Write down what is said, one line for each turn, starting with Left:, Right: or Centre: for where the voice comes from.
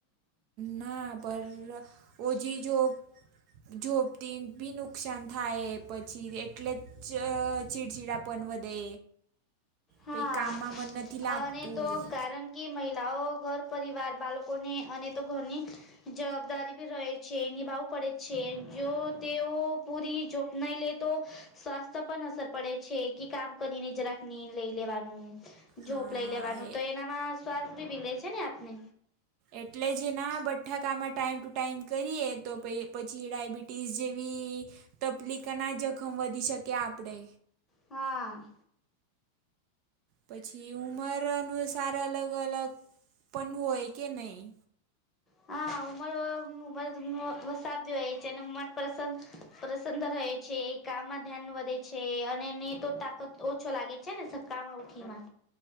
Right: ના પર ઓજી જોપ જોબ તેન બી નુકસાન થાય પછી એટલે જ ચ ચીડચીડા પન વધે.
Left: હા
Right: પહિ કામમાં મન નથી લાગતું
Left: અને તો કારણ કે મહિલાઓ ઘર પરિવાર બાલકોને અને તો ઘરની જવાબદારી ભી રહે છે નિભાવું પડે છે જો તેઓ પૂરી જો નહી લે તો સ્વાસ્થ્ય પણ અસર પડે છે કે કામ કરીને જરાકની લઈ લેવાનું જોપ
Right: હા
Left: લઈ લેવાનું
Right: એ
Left: તો એનામાં શ્વાસ ભીલે છે ને આપને.
Right: એટલે જ એના બઢાકામાં ટાઈમ ટુ ટાઈમ કરીએ તો પઈ પછી ડાયબિટીસ જેવી તપલીકના જખમ વધી શકે આપને.
Left: હા.
Right: પછી ઉંમરનું સાર અલગ-અલગ પનુ હોય કે નહીં?
Left: હા ઉમર ઉમર <unintelligible> હોય છે અને મનપસંદ પ્રસન્ન રહે છે, કામમાં ધ્યાન વધે છે અને નઈ તો તાકાત ઓછો લાગે છે ને સક્કારામાં ઉઠીમાં.